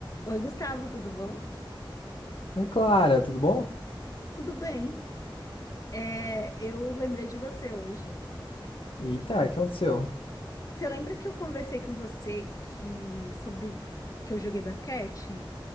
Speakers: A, on the left; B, on the left.
A: Oi, Gustavo, tudo bom?
B: Oi, Clara, tudo bom?
A: Tudo bem. É, eu lembrei de você hoje.
B: Eita, o que aconteceu?
A: Você lembra que eu conversei com você que sobre que eu joguei basquete?